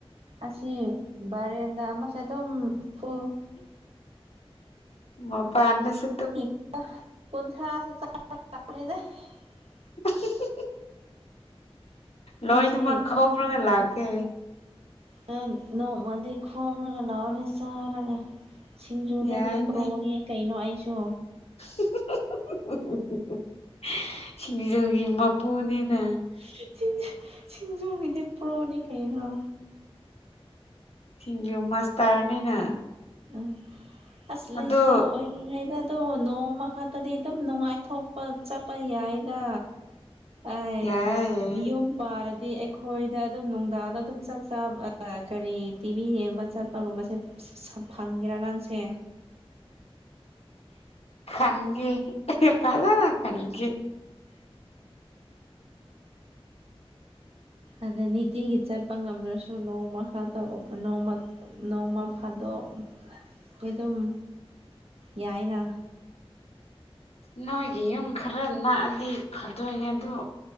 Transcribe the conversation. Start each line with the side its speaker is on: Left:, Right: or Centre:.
Right: ꯑꯁꯤ ꯕꯔꯦꯟꯗ ꯑꯃꯁꯨ ꯑꯗꯨꯝ ꯐꯨꯜ
Left: ꯃꯄꯥꯟ ꯗꯁꯨ
Right: <unintelligible>
Left: <unintelligible>
Right: ꯃꯣꯏꯁꯦ
Left: ꯂꯣꯏꯅꯃꯛ ꯈꯣꯝꯔꯒ ꯂꯥꯛꯀꯦ
Right: ꯅꯪ ꯅꯣꯡꯃꯗꯤ ꯈꯣꯝꯂꯒ ꯂꯥꯛꯑꯣꯅꯦ ꯆꯥꯔꯒ ꯁꯤꯡꯖꯨꯗꯗꯤ
Left: ꯌꯥꯏꯅꯦ
Right: ꯄ꯭ꯔꯣꯅꯤ ꯀꯩꯅꯣ ꯑꯩꯁꯨ
Left: <unintelligible> ꯁꯤꯡꯖꯨꯒꯤ ꯃꯄꯨꯅꯤꯅ
Right: <unintelligible> ꯁꯤꯡꯖꯨ ꯁꯤꯡꯖꯨꯒꯤꯗꯤ ꯄ꯭ꯔꯣꯅꯤ ꯀꯩꯅꯣ
Left: ꯁꯤꯡꯖꯨ ꯃꯥꯁꯇꯔꯅꯤꯅ
Right: ꯎꯝ ꯑꯁ ꯂꯩꯁꯥ
Left: ꯑꯗꯣ
Right: ꯑꯣꯏꯔꯤꯉꯩꯗ ꯇꯣ ꯅꯣꯡꯃ ꯈꯛꯇꯗꯤ ꯑꯗꯨꯝ ꯅꯨꯡꯉꯥꯏꯊꯣꯛꯄ ꯆꯠꯄ ꯌꯥꯏꯗ ꯑꯩ
Left: ꯌꯥꯏ
Right: ꯌꯨꯝ ꯄꯥꯔꯗꯤ ꯑꯩꯈꯣꯏꯗ ꯑꯗꯨꯝ ꯅꯨꯡꯗꯥꯡꯗ ꯑꯗꯨꯝ ꯆꯥꯛ ꯆꯥꯕ ꯀꯔꯤ ꯇꯤꯚꯤ ꯌꯦꯡꯕ ꯆꯠ ꯀꯒꯨꯝꯕꯁꯦ ꯐꯪꯒꯦꯔ ꯅꯪꯁꯦ
Left: ꯈꯪꯉꯦ ꯐꯖꯅ ꯈꯪꯉꯦ
Right: ꯑꯗ ꯅꯤꯇꯤꯒꯤ ꯆꯠꯄ ꯉꯝꯗ꯭ꯔꯁꯨ ꯅꯣꯡꯃꯥ ꯈꯛꯇ ꯑꯥ ꯅꯣꯡꯃ ꯅꯣꯡꯃ ꯐꯥꯗꯣꯛꯇꯤ ꯑꯗꯨꯝ ꯌꯥꯏꯅ
Left: ꯅꯣꯏꯒꯤ ꯌꯨꯝ ꯈꯔ ꯅꯛꯑꯗꯤ ꯐꯗꯣꯏꯅꯦ ꯑꯗꯨ